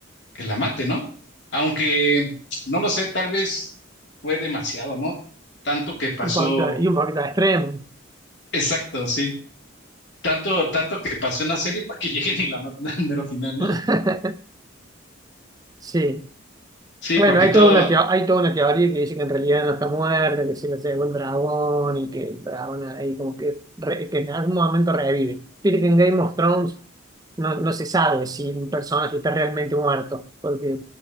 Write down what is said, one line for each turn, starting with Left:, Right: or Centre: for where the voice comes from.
Left: que la mate, ¿no? Aunque, no lo sé, tal vez fue demasiado, ¿no? Tanto que pasó,
Right: Un poquito, y un poquito extremo.
Left: exacto, sí. Tanto, tanto que pasó en la serie para que <laughs> lleguen y la maten al mero final, ¿no?
Right: <laughs> Sí.
Left: Sí,
Right: Bueno,
Left: porque
Right: hay
Left: todo,
Right: toda una teo- hay toda una teoría que dice que en realidad no está muerta, que se la llevó el dragón y que el dragón ahí como que, re- que en algún momento revive. Viste que en Game of Thrones no, no se sabe si un personaje está realmente muerto, porque